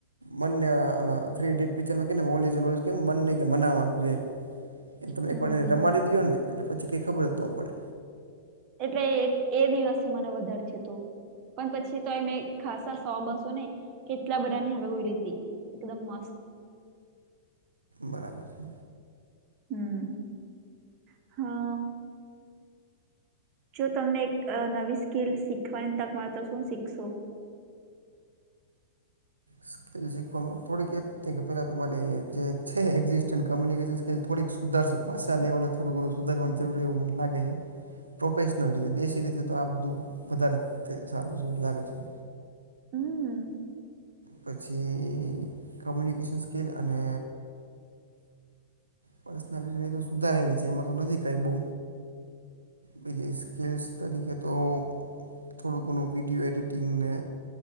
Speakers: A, on the right; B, on the right.
A: મને થ્રીટ પિક્ચર મને કે મનાવાનું. જે એમ તમે
B: હમ
A: એકવાર એને રમાડી દો ને એટલે પછી કંઈ ખબર જ ન પડે.
B: એટલે એ દિવસે મને વધારે છે તું. પણ પછી તો મેં ખાસા સો બસો ને કેટલા બધાની હમે લીધી. એકદમ મસ્ત.
A: બરાબર છે.
B: હમ હા. જો તમને એક નવી સ્કીલ શીખવાની તક મળ તો શું શીખશો.
A: સ્કીિલ શીખવામાં થોડીક એ કે પેલા તમારી જે છે એક્ઝિસ્ટન્ટ કમ્યુનિકેશન સ્કિલ થોડીક. સુધારશું પાશા લેવલે થોડું ઘણું સુધારવાનું જરૂરી એવું મને લાગે હે. પ્રોફેશનલ રીતે દેશી રીતે તો આ બધું વધારે સારું છે એવું લાગે છે.
B: હમ્મ.
A: પછી કમ્યુનિકેશન સ્કિલ અને પર્સનાલિટી તો સુધારેલી છે એમાં તો નથી કઈ બઉ. બીજી સ્કિલ્સ તરીકે તો થોડું કોનો વિડિયો એડિટિંગને.